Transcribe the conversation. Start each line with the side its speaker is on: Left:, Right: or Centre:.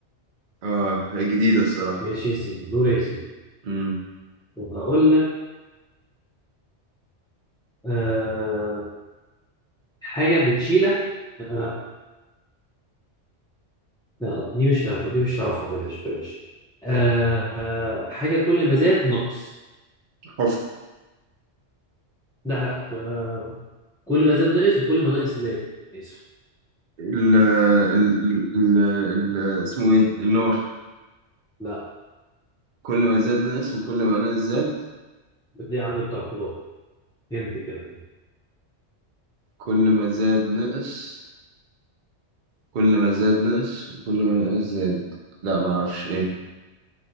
Right: اه جديده الصراحه
Centre: ماشي يا سيدي دور يا سيدي
Right: امم
Centre: وهقول لك آه حاجة بتشيلها آه لا لا دي مش هتعرفها دي مش هتعرفها بلاش بلاش آه آه حاجة كل ما زاد نقص
Right: حفر
Centre: لا لا آه كل ما زاد نقص وكل ما نقص زاد آسف
Right: ال ال ال ال- اسمه ايه النار
Centre: لا
Right: كل ما زاد نقص وكل ما نقص زاد
Centre: بتلاقي عند بتاع الخضار انت كده
Right: كل ما زاد نقص كل ما زاد نقص وكل ما نقص زاد لا ما اعرفش ايه